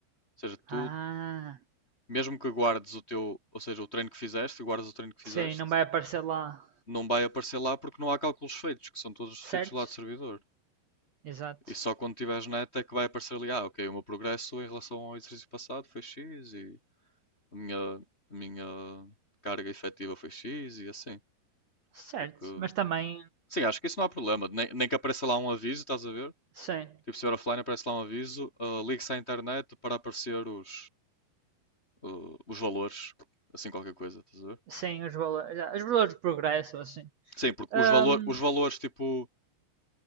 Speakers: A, on the left; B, on the right.
A: Ou seja, tu,
B: Ah,
A: mesmo que guardes o teu, ou seja, o treino que fizeste e guardes o treino que fizeste,
B: sim, não vai aparecer lá.
A: não vai aparecer lá porque não há cálculos feitos, que são todos
B: Certo?
A: feitos do lado do servidor.
B: Exato.
A: E só quando tiveres net é que vai aparecer ali, ah, ok, o meu progresso em relação ao exercício passado foi X e a minha, a minha carga efetiva foi X e assim.
B: Certo.
A: Porque.
B: Mas também.
A: Sim, acho que isso não há problema. Nem, nem que apareça lá um aviso, estás a ver?
B: Sim.
A: Tipo, se vier offline aparece lá um aviso, ah, ligue-se à internet para aparecer os, ah, os valores, assim qualquer coisa, estás a ver?
B: Sim, os valores, os valores de progresso, assim.
A: Sim, porque
B: Ahm,
A: os, valor, os valores tipo